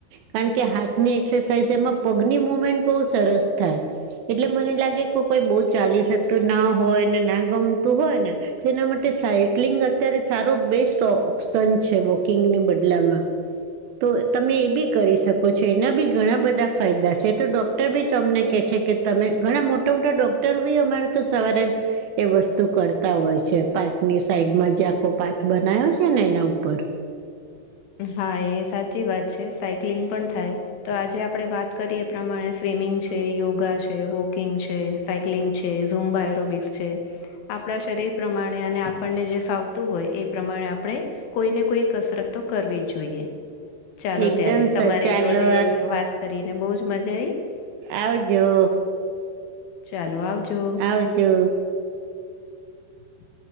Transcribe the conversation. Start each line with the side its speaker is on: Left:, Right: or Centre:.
Right: કારણ કે હાથની એક્સરસાઇઝ એમાં પગની મુવમેન્ટ બહું સરસ થાય. એટલે મને લાગે કે કોઈ બહુ ચાલી શકતું ના હોય ને ના ગમતું હોય ને તેના માટે સાયક્લિંગ અત્યારે સારો બેસ્ટ ઓ પ્શન છે વોકિંગની બદલામાં. તો તમે એ બી કરી શકો છો. એના બી ઘણા બધા ફાયદા છે તો ડોક્ટર બી તમને કહે છે કે તમે ઘણા મોટા મોટા ડોક્ટર બી અમારે તો સવારે એ વસ્તુ કરતા હોય છે, પાર્કની સાઈડમાં જે આખો પાથ બનાયો છે ને એના ઉપર.
Left: હા એ સાચી વાત છે, સાયક્લિંગ પણ થાય તો આજે આપણેે વાત કરીએ એ પ્રમાણે સ્વિમિંગ છે, યોગા છે, વોકિંગ છે સાયક્લિંગ છે, ઝૂમબા એરોબિક્સ છે આપડા શરીર પ્રમાણે અને આપણને જે ફાવતું હોય એ પ્રમાણે આપડે કોઈને કોઈ કસરત તો કરવી જ જોઈએ. ચાલો
Right: એકદમ
Left: ત્યારે તમારી
Right: સચાલો
Left: જોડે વાત કરીને બઉ જ મઝા આઈ.
Right: આવજો
Left: ચાલો આવજો.
Right: આવજો.
Left: <unintelligible>